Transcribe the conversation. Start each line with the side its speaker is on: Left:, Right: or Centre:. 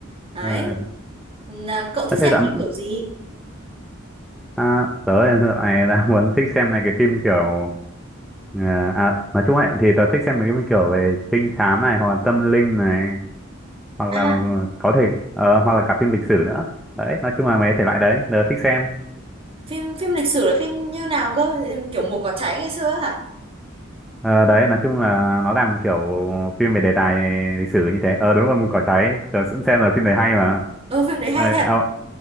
Right: đấy
Centre: Ờ,
Right: Là cậu thích
Centre: Ơ
Right: xem
Centre: thế dạo
Right: phim kiểu gì
Centre: à, tớ dạo này <laughs> đang muốn thích xem này cái phim kiểu ờ, à, nói chung ấy thì tớ thích xem mấy cái phim kiểu về trinh thám này hoặc là tâm linh này hoặc
Right: à
Centre: là ờ, có thể ờ, hoặc là cả phim lịch sử nữa đấy nói chung là mấy thể loại đấy tớ thích xem
Right: phim phim lịch sử là phim như nào cơ kiểu mùa cỏ cháy ngày xưa hả
Centre: Ờ, đấy nói chung là nó làm kiểu phim về đề tài lịch sử như thế ờ đúng rồi mùi cỏ cháy tớ cũng xem là phim đấy hay mà
Right: ô phim đấy hay
Centre: ờ,
Right: thật
Centre: ờ,